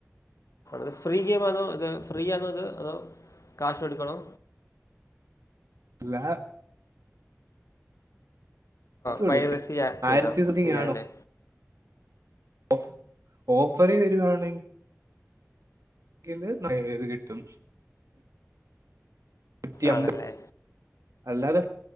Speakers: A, on the left; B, on the right.
A: ത് ഫ്രീ ഗെയിം അതോ. ഇത് ഫ്രീ ആണോ ഇത് അതോ കാശ് കൊ ടുക്കണോ.
B: ഇല്ല കൊടുക്കണം
A: പൈ സീ ചെയ്യ <unintelligible> ചെയ്താൽ
B: ആയിരത്തി സംതിങ്
A: ചെയ്യാല്ലേ
B: ഓഫ ഓഫറി വരിവാണെങ്കി ക്ക് ളളത് <unintelligible> ത് കിട്ടും നൂറ്റി അമ്പത്
A: ആണല്ലേ
B: അല്ലാതെ